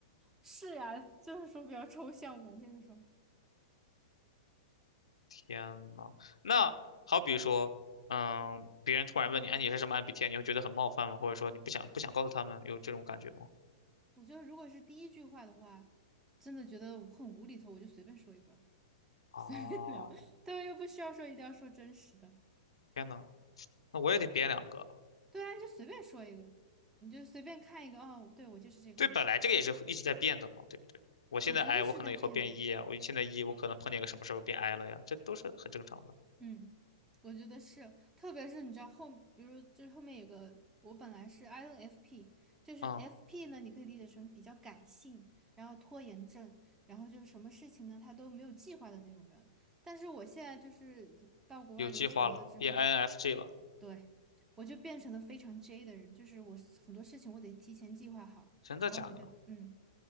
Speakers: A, on the right (about 15°); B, on the left (about 70°).
A: 是呀，就是说比较抽象嘛，就是说，
B: 天呐，那好比说，
A: 嗯，
B: 嗯，别人突然问你，哎，你是什么 MBTI，你会觉得很冒犯吗？或者说你不想不想告诉他们有这种感觉吗？
A: 我觉得如果是第一句话的话，真的觉得很无厘头，我就随便说一个，<laughs>
B: 哦，
A: 随便聊，<laughs> 对啊，又不需要说一定要说真实的，
B: 天呐，那我也得编两个。
A: 对啊，就随便说一个，你就随便看一个，哦，对，我就是这个，
B: 对，本来这个也是一直在变的嘛，对不对？我现在
A: 我觉得是在变的，
B: I，我可能以后变 E 啊，我现在 E，我可能碰见个什么事儿我变 I 了呀，这都是很正常的。
A: 嗯，我觉得是，特别是你知道后，比如就是后面有个，我本来是 INFP，就是
B: 啊、
A: FP
B: 嗯
A: 呢，你可以理解成比较感性，然后拖延症，然后就是什么事情呢，他都没有计划的那种人。但是我现在就是到国外留学了之后，
B: 有计划了变 i n f j 了，
A: 对，我就变成了非常 J 的人，就是我很多事情我得提前计划好，
B: 真的假的？
A: 然后每天，嗯，